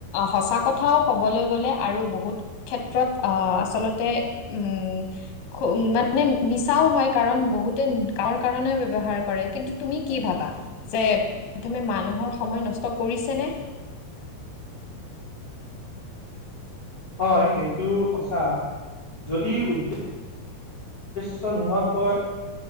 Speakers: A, on the left; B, on the left.
A: সঁচা কথাও ক'বলৈ গ'লে আৰু বহুত ক্ষেত্ৰত আচলতে উ মানে মিছাও হয় কাৰণ বহুতে কামৰ ব্যৱহাৰ কৰে কিন্তু তুমি কি ভাবা যে মানুহৰ সময় নষ্ট কৰিছেনে
B: হয় সেইটো সঁচা যদি উদ চ নোহোৱা কৈ